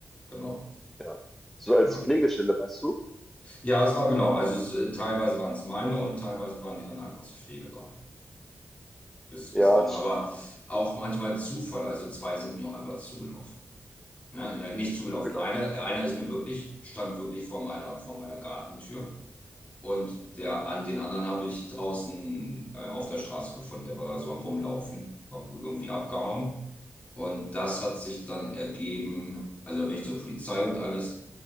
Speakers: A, on the left; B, in the centre.
A: Genau.
B: ja. So als
A: Ja,
B: Pflegestelle meinst du?
A: ja es war genau. Also es, äh, teilweise waren es meine und teilweise waren die dann einfach zur Pflege da. Bis,
B: Ja,
A: bis dann,
B: das
A: aber
B: ist
A: auch manchmal Zufall. Also zwei sind mir auch einfach zugelaufen. Ne? Ne, Nicht zugelaufen.
B: zugelaufen.
A: Einer, einer ist mir wirklich, stand wirklich vor meiner, vor meiner Gartentür. Und der, an den anderen habe ich draußen äh, auf der Straße gefunden. Der war da so am Rumlaufen, war wohl irgendwie abgehauen. Und das hat sich dann ergeben, also da bin ich zur Polizei und alles.